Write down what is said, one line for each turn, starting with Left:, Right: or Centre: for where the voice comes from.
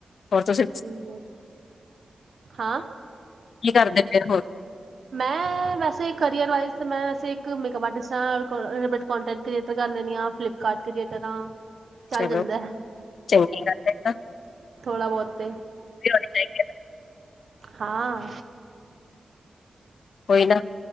Left: ਹੋਰ ਤੁਸੀਂ
Right: ਹੂੰ, ਹਾਂ।
Left: ਕੀ ਕਰਦੇ ਫੀਰ ਹੋਰ
Right: ਮੈਂ ਵੈਸੇ ਕਰੀਅਰ ਵਾਈਜ਼ ਮੈਂ ਵੈਸੇ ਇੱਕ ਮੇਕੱਪ ਆਰਟਿਸਟ ਹਾਂ ਕਟੈਂਟ ਕਰ੍ਰੀਏਟਰ ਕਰ ਲੈਦੀ ਆ ਫਲਿੱਪਕਾਰਟ ਕਰ੍ਰੀਏਟਰ ਹਾਂ। ਚੱਲ
Left: ਚਲੋ
Right: ਜਾਂਦਾ ਹੈ
Left: ਚੰਗੀ ਗੱਲ ਹੈ।
Right: ਥੋੜਾ ਬਹੁਤ ਤੇ
Left: ਵੀ ਹੋਣੀ ਚਾਹੀਦੀ ਹੈ
Right: ਹਾਂ
Left: ਕੋਈ ਨਾ